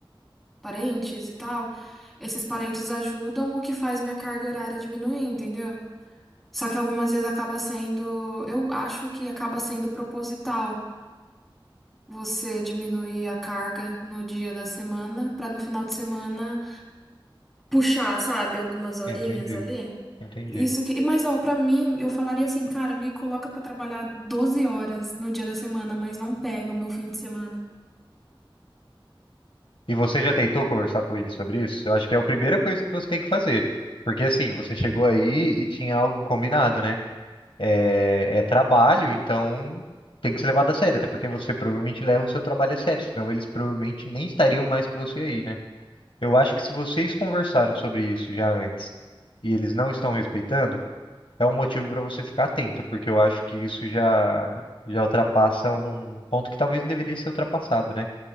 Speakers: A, in the centre; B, on the left (about 75°).
A: parentes e tal, esses parentes ajudam, o que faz minha carga horária diminuir, entendeu? Só que algumas vezes acaba sendo, eu acho que acaba sendo proposital você diminuir a carga no dia da semana pra no final de semana puxar, sabe, algumas horinhas
B: Entendi,
A: ali.
B: entendi.
A: Isso que, mas ó, pra mim, eu falaria assim, cara, me coloca pra trabalhar 12 horas no dia da semana, mas não pega o meu fim de semana.
B: E você já tentou conversar com ele sobre isso? Eu acho que é a primeira coisa que você tem que fazer, porque assim, você chegou aí e tinha algo combinado, né? é, é trabalho, então tem que ser levado a sério, até porque você provavelmente leva o seu trabalho a sério, senão eles provavelmente nem estariam mais com você aí, né? Eu acho que se vocês conversaram sobre isso já antes e eles não estão respeitando, é um motivo para você ficar atento, porque eu acho que isso já já ultrapassa um ponto que talvez não deveria ser ultrapassado, né?